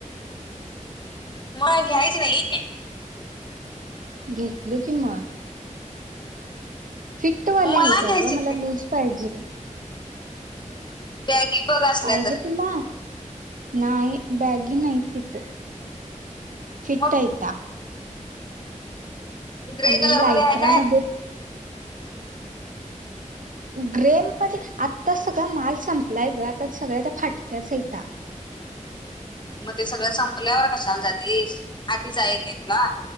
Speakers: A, on the left (about 35°); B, on the right (about 80°).
A: मग घ्यायचं नायने
B: घेतलो कि म फिटवाल्या
A: मग मला
B: आहेता
A: घ्यायची
B: ग मला लूज पाहिजे
A: बॅगी बघा असल्या
B: पाहिजे
A: तर
B: तुला नाही बॅगि नाहीत तीत फिट
A: मग
B: ऐता
A: ग्रे
B: आणि
A: कलर
B: लायक्रामध्ये
A: मध्ये आहे काय
B: ग्रे मध्ये आत्ता सगळा माल संपलाय. ग आता सगळ्या त्या फाटक्याच एता
A: मग ते सगळं संपल्यावर कशाला जातेस. आधीच आहेत. नाही. तुला